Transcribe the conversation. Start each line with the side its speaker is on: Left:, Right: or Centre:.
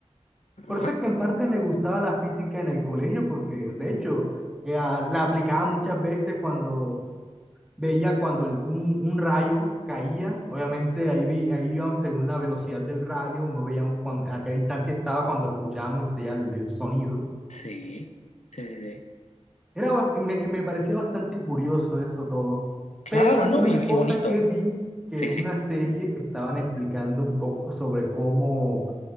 Centre: Por eso
Left: Ajá,
Centre: es que en parte me gustaba la física en el colegio porque de hecho eh, ah, la aplicaba muchas veces cuando veía cuando el- un, un rayo caía, obviamente ahí, vi, ahí íbamos según la velocidad del rayo, uno veíamos cuán- a qué distancia estaba cuando escuchábamos enseguida el, el sonido.
Left: sí, sí, sí, sí.
Centre: Era, ba- me, me parecía bastante curioso eso todo,
Left: Claro,
Centre: pero
Left: ¿no?
Centre: una
Left: Y,
Centre: cosa
Left: y bonito.
Centre: que vi, que
Left: Sí,
Centre: en
Left: sí.
Centre: una serie que estaban explicando un poco sobre cómo